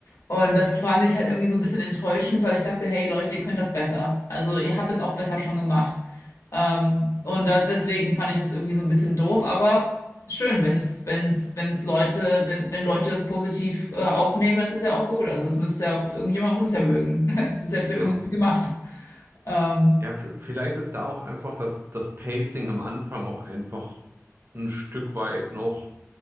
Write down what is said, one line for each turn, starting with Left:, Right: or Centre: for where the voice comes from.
Left: Und das fand ich halt irgendwie so ein bisschen enttäuschend, weil ich dachte, hey Leute, ihr könnt das besser. Also ihr habt es auch besser schon gemacht. Ähm, und da, deswegen fand ich das irgendwie so ein bisschen doof, aber schön, wenn's, wenn's, wenn's Leute, wenn, wenn Leute das positiv, äh, aufnehmen, das ist ja auch gut. Also es müsste ja auch, irgendjemand muss es ja mögen. <laughs> Es ist ja für irgendjemand
Right: Ja,
Left: gemacht. Ähm,
Right: ja, v- vielleicht ist da auch einfach das, das Pacing am Anfang auch einfach ein Stück weit noch